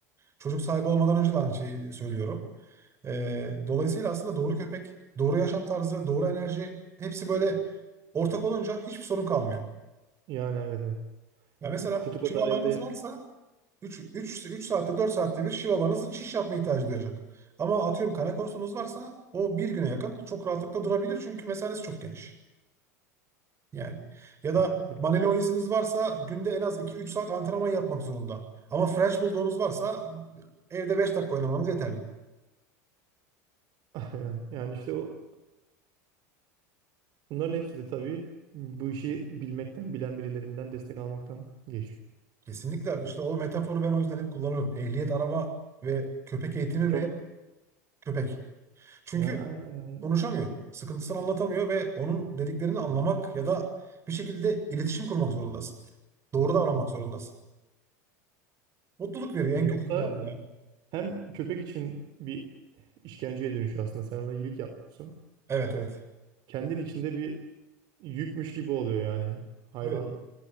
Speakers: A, on the right (about 30°); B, on the right (about 55°).
A: Çocuk sahibi olmadan önce de aynı şeyi söylüyorum. Ee, dolayısıyla aslında doğru köpek, doğru yaşam tarzı, doğru enerji hepsi böyle ortak olunca hiçbir sorun kalmıyor.
B: yani evet evet.
A: Ya mesela
B: Yani kutu kadar
A: Chihuahua'nız
B: evde
A: varsa 3, 3 3 saatte 4 saatte bir Chihuahua'nızın şiş yapma ihtiyacı duyacak. Ama atıyorum kana korsunuz varsa o bir güne yakın çok rahatlıkla durabilir çünkü mesanesi çok geniş. Yani ya da
B: tabii.
A: Malinois'iniz varsa günde en az iki üç saat antrenman yapmak zorunda. Ama French Bulldog'unuz varsa evde 5 dakika oynamanız yeterli.
B: Aynen. Yani işte o bunların hepsi de tabii bu işi bilmekten, bilen birilerinden destek almaktan geçiyor.
A: Kesinlikle işte o metaforu ben o yüzden hep kullanıyorum. Ehliyet, araba ve köpek eğitimi
B: Çok
A: ve köpek. Çünkü
B: yani, yani
A: konuşamıyor. Sıkıntısını anlatamıyor ve onun dediklerini anlamak ya da bir şekilde iletişim kurmak zorundasın. Doğru davranmak zorundasın. Mutluluk veriyor
B: yani
A: en kötü
B: yoksa
A: ihtimalle. ya.
B: Hem köpek için bir işkenceye dönüşüyor aslında. Sen ona iyilik yapıyorsun.
A: Evet evet.
B: Kendin içinde bir yükmüş gibi oluyor yani. Hayvan
A: Öyle.